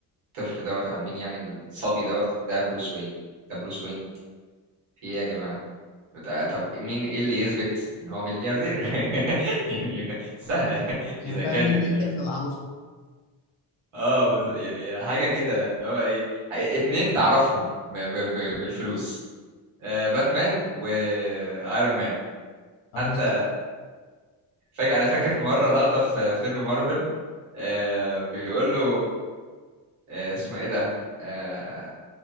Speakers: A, on the right; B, on the left.
A: الطفل دوت او مين يعني الصبي دوت ده بروس وين ده بروس وين في ايه يا جماعة بتاع- طب مين ايه اللي يثبت ان هو ملياردير <laughs> يعني سهلة
B: يعني
A: اذا
B: فاهم
A: كان
B: مين
A: ال
B: يحلف للعروسة
A: اه بز- يعني حاجة كده اللي هو ايه اتنين تعرفهم ب- ب- ب- بالفلوس آه، باتمان وايرون مان
B: اه
A: حتى
B: بالظبط
A: فاكر انا فاكر في مره لقطه في فيلم مارفل آه، بيقول له آه، اسمه ايه ده آه،